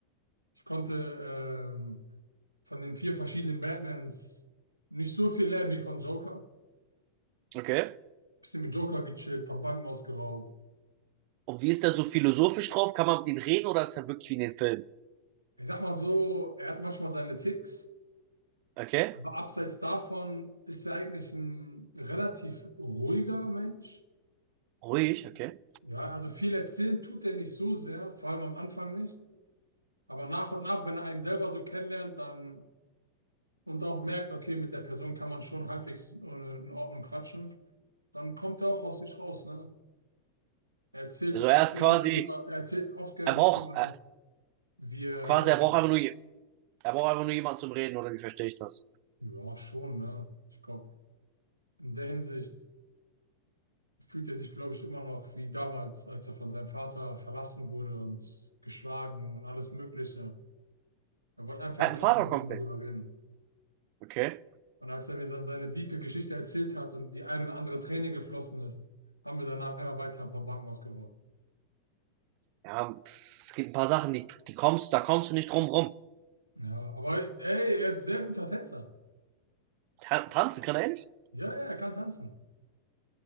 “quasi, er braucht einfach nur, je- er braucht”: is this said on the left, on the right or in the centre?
Right